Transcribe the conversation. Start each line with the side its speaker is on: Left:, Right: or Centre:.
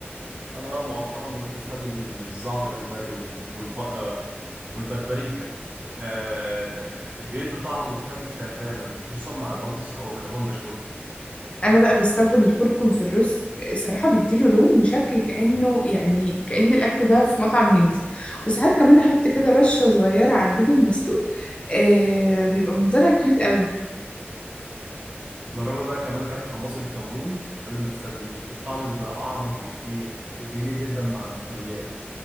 Right: انا بقى مؤخرا بدأت استخدم الزعتر البري وال... والب... آه، والبربريكا آه... بيدوا طعم مختلف تماما خصوصا مع البطاطس او اللحوم المشوية
Left: انا بقى بستخدم الكركم في الرز الصراحه بيديله لون وشكل كانه يعني كان الاكل ده في مطعم هندي وساعات كمان احط كده رشه صغيره على البيض المسلوق آه بيبقى منظرها كيوت قوي
Right: جربي بقى كمان كده تحمصي الكمون قبل ما تستخدميه الطعم بيبقى اعمق بكتير وبيليق جدا مع البقوليات